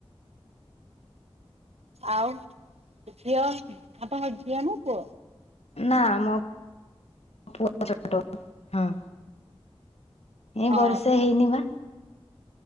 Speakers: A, on the right (about 85°); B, on the left (about 85°).
A: ଆଉ ଝିଅ ଆପଣଙ୍କ ଝିଅ ନା ପୁଅ
B: ନା ମୋ ପୁଅ ଛୋଟ ହଁ। ଏଇ
A: ଓହୋ
B: ବର୍ଷେ ହେଇନି ବା